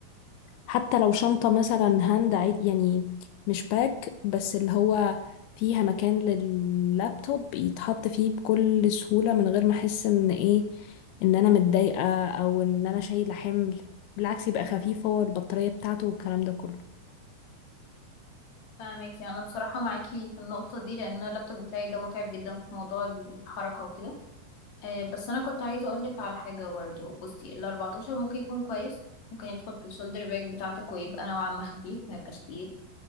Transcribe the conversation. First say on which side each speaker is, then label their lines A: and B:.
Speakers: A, on the left; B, on the left.
A: حتى لو شنطة مثلا هاند عيد يعني مش باك بس اللي هو فيها مكان لللابتوب يتحط فيه بكل سهولة من غير ما احس ان ايه ان انا متضايقة او ان انا شايلة حمل بالعكس يبقى خفيف هو البطارية بتاعته والكلام ده كله
B: فاهمك يعني انا بصراحة معاكي في النقطة دي لان أنا اللابتوب بتاعي ده متعب جدا في موضوع الحركة وكده آه، بس انا كنت عايزه اقول لك على حاجه برضه بصي ال 14 ممكن يكون كويس ممكن يدخل في الشولدر باج بتاعتك ويبقى نوعا ما خفيف ما يبقاش تقيل